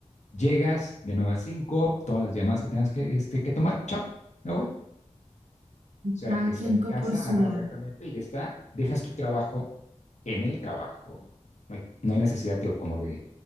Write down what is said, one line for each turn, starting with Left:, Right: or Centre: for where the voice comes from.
Left: llegas de 9 a 5 todas las llamadas que tengas que, este, que tomar, chao, me voy. O sea,
Right: cada
Left: este,
Right: quien
Left: a mi
Right: co-
Left: casa,
Right: por su
Left: ajá,
Right: lado.
Left: exactamente, y ya está, dejas tu trabajo en el trabajo. No hay, no hay necesidad, tío, como de,